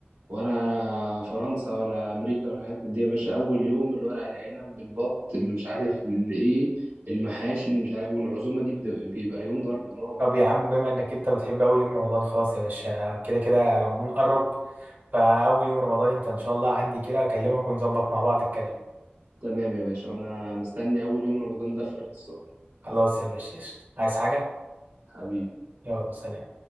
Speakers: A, on the right; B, on the right.
A: ولا فرنسا ولا امريكا ولا الحتت دي يا باشا اول يوم الورق العنب بالبط اللي مش عارف اللي ايه المحاشي اللي مش عارف والعزومة دي بد- بيبقى يوم ضرب نار
B: طب يا عم بما انك انت بتحب اول يوم رمضان خلاص يا باشا كده كده رمضان قرب فاول يوم رمضان انت ان شاء الله عندي كده اكلمك ونظبط مع بعض الكلام
A: تمام يا باشا انا مستني اول يوم رمضان ده بفارغ الصبر
B: خلاص يا باشا قشطة عايز حاجة
A: حبيبي
B: يلا سلام